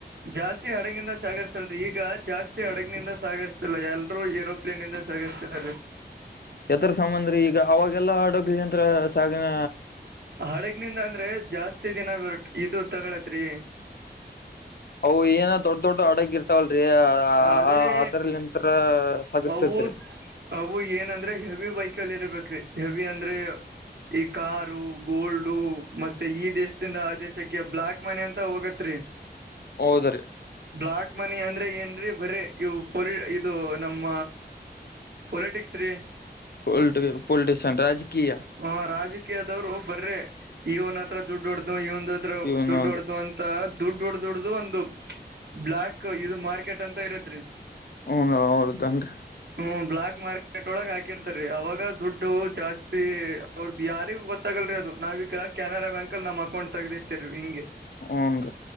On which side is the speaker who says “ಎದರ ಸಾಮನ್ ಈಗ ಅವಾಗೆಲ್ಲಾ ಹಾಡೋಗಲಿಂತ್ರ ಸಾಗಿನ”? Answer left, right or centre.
Left